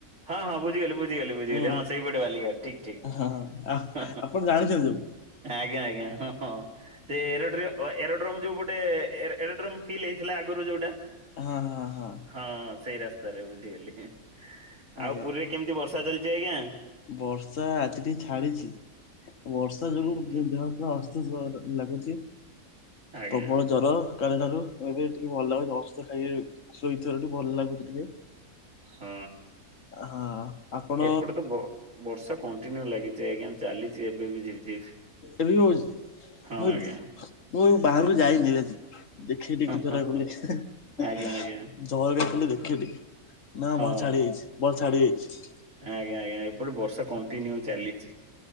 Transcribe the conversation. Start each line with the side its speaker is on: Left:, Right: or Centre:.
Right: ହଁ ହଁ ବୁଝିଗଲି ବୁଝିଗଲି ବୁଝିଗଲି
Left: ରୋଡ
Right: ହଁ ସେଇପଟେ ବାଲିଘାଟ ଠିକ ଠିକ।
Left: ହଁ ଆ ଆପଣ ଜାଣିଛନ୍ତି ଯୋଉ
Right: ଆଜ୍ଞା ଆଜ୍ଞା ହଁ ହଁ। ସେ ଏରୋଡ୍ରୋ ଏରୋଡ୍ରୋମ ଯୋଉ ଗୋଟେ ଏରୋଡ୍ରୋମ ଫିଲ୍ ହେଇଥିଲା ଆଗରୁ ଯୋଉପଟେ।
Left: ହଁ ହଁ ହଁ।
Right: ହଁ ସେଇ ରାସ୍ତାରେ ବୁଝିଗଲି
Left: ଆଜ୍ଞା
Right: ଆଉ ପୁରୀରେ କେମିତି ବର୍ଷା ଚାଲିଛି ଆଜ୍ଞା।
Left: ବର୍ଷା ଆଜି ଟିକେ ଛାଡିଛି ବର୍ଷା
Right: ହୁଁ
Left: ଯୋଗୁ
Right: ହୁଁ
Left: ଦେହ ଅଳସ୍ ଲାଗୁଛି
Right: ଆଜ୍ଞା
Left: ପ୍ରବଳ ଜର। ସକାଳଠାରୁ ଏବେ ଟିକେ ଭଲ ଲାଗୁଛି ଔଷଧ ଖାଇକ ଶୋଇଥିବାରୁ ଭଲ ଲାଗୁଛି ଟିକେ।
Right: ହଁ
Left: ହଁ ଆପଣ
Right: ଏପଟ ତ ବ ବର୍ଷା କଣ୍ଟିନ୍ୟୁ ଲାଗିଛି ଆଜ୍ଞା ଚାଲିଛି ଏବେ ବି ଝିପ୍ ଝିପ୍।
Left: ଏବେ ହଉଛି
Right: ହଁ
Left: ମୁଁ
Right: ଆଜ୍ଞା
Left: ମୁଁ ବାହାରକୁ ଯାଇନି ଆଜି। ଦେଖେଇ ଟି
Right: ହଁ
Left: ଝରା
Right: ହଁ
Left: କଲେ
Right: ହଁ
Left: <unintelligible>
Right: ଆଜ୍ଞା ଆଜ୍ଞା।
Left: ଚହଲଗା ଗା ଖୋଲି ଦେଖେ ଟିକେ ନାଁ
Right: ହଁ।
Left: ବର ଛାଡ଼ି ଯାଇଛି ବର ଛାଡ଼ି ଯାଇଛି।
Right: ଆଜ୍ଞା ଆଜ୍ଞା ଏପଟେ ବର୍ଷା କଣ୍ଟିନ୍ୟୁ ଚାଲିଚି।